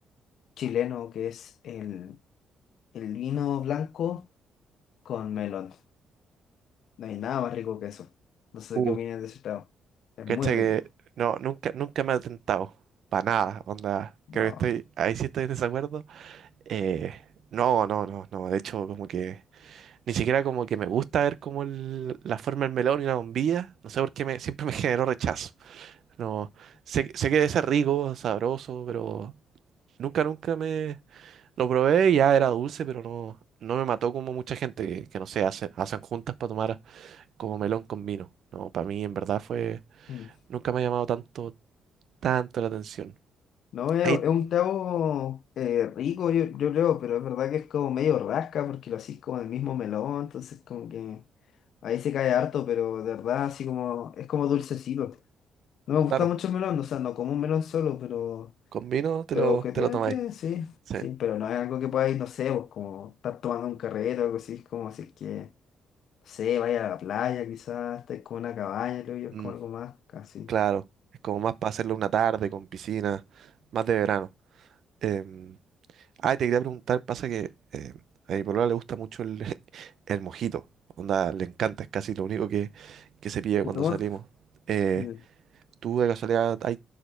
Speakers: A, on the left; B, on the right.
A: chileno que es el, el vino blanco con melón. No hay nada más rico que eso. No sé
B: Uh,
A: qué opinas de ese trago. Es
B: cacha
A: muy rico.
B: que no, nunca, nunca me ha tentado. Para nada, onda.
A: No.
B: Creo que estoy, ahí sí estoy en desacuerdo. Eh, no, no, no, no. De hecho, como que ni siquiera como que me gusta ver como el- la forma del melón y la bombilla. No sé por qué me, siempre me <laughs> generó rechazo. No, sé, sé que debe ser rico, sabroso, pero Nunca, nunca me lo probé, y ya era dulce, pero no, no me mató como mucha gente que, que no sé, hace- hacen juntas para tomar como melón con vino. No, para mí en verdad fue,
A: Mm.
B: nunca me ha llamado tanto, tanto la atención.
A: No, es,
B: Ahí,
A: es un trago eh, rico, yo, yo creo, pero es verdad que es como medio rasca porque lo hacís como el mismo melón, entonces como que ahí se cae harto, pero de verdad así como es como dulcecito. No me gusta
B: claro,
A: mucho el melón, o sea, no como un melón solo, pero,
B: con vino te
A: pero
B: lo,
A: objetivamente
B: te lo tomáis.
A: sí,
B: Sí,
A: sí, pero no es algo que podáis, no sé, vos como estar tomando un carrete o algo así, es como si es que sé, vaya a la playa, quizás estáis con una cabaña, creo yo,
B: mm,
A: es como algo más casi.
B: claro, es como más para hacerlo una tarde con piscina, más de verano. Em, Ah, te quería preguntar, pasa que eh, a mi polola le gusta mucho el, <laughs> el mojito. Onda, le encanta, es casi lo único que, que se pide
A: ¿Te
B: cuando
A: tomas?
B: salimos. Eh,
A: Mm.
B: ¿tú de casualidad, hay,